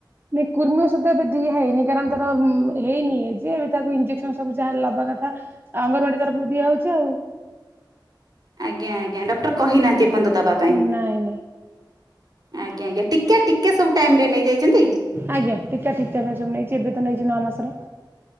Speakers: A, on the right; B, on the right.
A: ନାଇଁ କୁର୍ମି ଔଷଧ ଏବେ ଦିଆ ହେଇନି। କାରଣ ତାର ହେଇନି ଏଯେ, ଏ ତାକୁ ଇଞ୍ଜେକ୍ସନ ସବୁ ଯାହା ଲବା କଥା ଅଙ୍ଗନବାଡି ତରଫରୁ ଦିଆ ହଉଚି ଆଉ।
B: ଆଜ୍ଞା, ଆଜ୍ଞା। ଡକ୍ଟର କହିନାହାନ୍ତି ଏପନ୍ତ ଦବା। ପାଇଁ
A: ନାଇଁ, ନାଇଁ।
B: ଆଜ୍ଞା, ଆଜ୍ଞା। ଟିକା ଟିକା ସବୁ ଟାଇମ୍ ରେ ନେଇଯାଇଚନ୍ତି?
A: ଆଜ୍ଞା। ଟିକା ଠିକ୍ ଟାଇମ୍ ସବୁ ନେଇଚି, ଏବେ ତ ନେଇଚି ନଅ ମାସର।